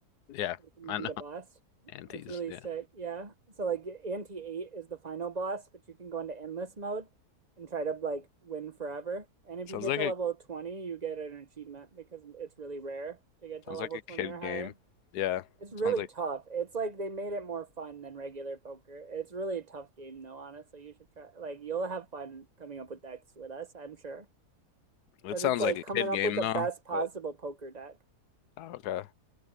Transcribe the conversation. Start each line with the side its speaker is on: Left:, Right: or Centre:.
Left: Yeah.
Right: Like, Can you
Left: I
Right: beat
Left: know.
Right: a boss?
Left: <laughs> Antes.
Right: It's really
Left: Yeah.
Right: sick. Yeah. So like Anti 8 is the final boss, but you can go into endless mode and try to like win forever. And if
Left: Sounds
Right: you get
Left: like
Right: to
Left: a
Right: level 20, you get an achievement because it's really rare to get to
Left: sounds
Right: level
Left: like a
Right: 20
Left: kid
Right: or
Left: game.
Right: higher.
Left: Yeah.
Right: It's really
Left: Sounds like
Right: tough. It's like they made it more fun than regular poker. It's really a tough game though, honestly. You should try like you'll have fun coming up with decks with us, I'm sure.
Left: it
Right: Because
Left: sounds
Right: it's like
Left: like a
Right: coming
Left: kid
Right: up
Left: game
Right: with the
Left: though.
Right: best possible
Left: But
Right: poker deck.
Left: oh, okay.